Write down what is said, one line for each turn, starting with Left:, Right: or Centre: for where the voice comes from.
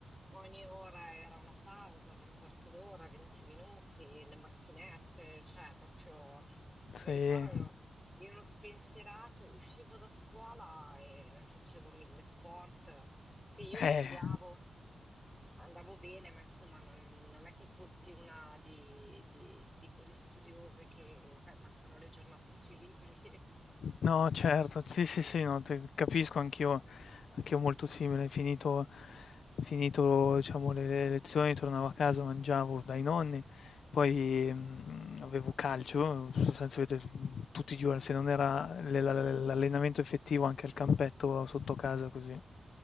Centre: ogni ora era una pausa di un quarto d'ora, 20 minuti, le macchinette, cioè proprio
Left: Sì.
Centre: mi ricordo ero di uno spensierato, uscivo da scuola e facevo mille sport. Sì, io studiavo,
Left: Eh.
Centre: Andavo bene, ma insomma non, non è che fossi una di, di- di quelle studiose che, sai, passano le giornate sui libri. <laughs>
Left: No, certo, sì, sì, sì, no, te- capisco anch'io, anch'io molto simile, finito, finito, diciamo, le, le lezioni, tornavo a casa, mangiavo dai nonni, poi mh, avevo calcio, sostanzialmente tutti i giorni, se non era l- l- l'allenamento effettivo anche al campetto sotto casa, così,